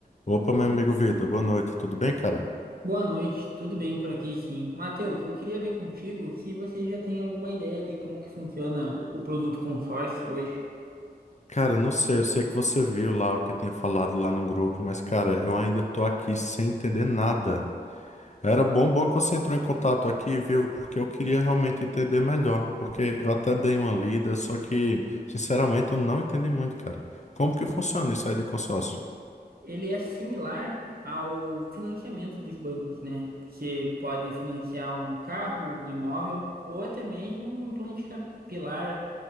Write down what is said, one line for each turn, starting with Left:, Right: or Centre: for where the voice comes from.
Left: Opa, meu amigo Vitor, boa noite, tudo bem, cara?
Right: Boa noite, tudo bem por aqui, sim. Matheus, eu queria ver contigo se você já tem alguma ideia de como que funciona o o produto consórcio hoje.
Left: Cara, não sei, eu sei que você viu lá o que eu tinha falado lá no grupo, mas, cara, eu ainda tô aqui sem entender nada. Era bom, bom que você entrou em contato aqui, viu? Porque eu queria realmente entender melhor, porque eu até dei uma lida, só que, sinceramente, eu não entendi muito, cara. Como que funciona isso aí de consórcio?
Right: Ele é similar ao financiamento dos bancos, né? Você pode financiar um carro, um imóvel ou até mesmo um implante capilar